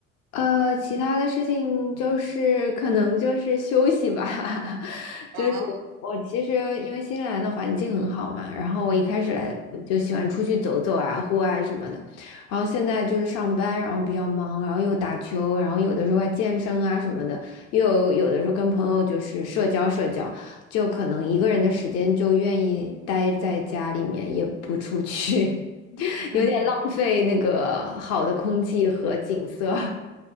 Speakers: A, on the left; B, on the right.
A: 呃，其他的事情就是可能就是休息吧，<laughs>
B: 啊，
A: 就是我其实因为新西兰的环境很好嘛，然后我一开始来的我就喜欢出去走走啊，
B: 嗯
A: 户外什么的，然后现在就是上班，然后比较忙，然后又打球，然后有的时候还健身啊什么的，又有的时候跟朋友就是社交社交，就可能一个人的时间就愿意待在家里面，也不出去，<laughs> 有点浪费那个好的空气和景色。
B: 嗯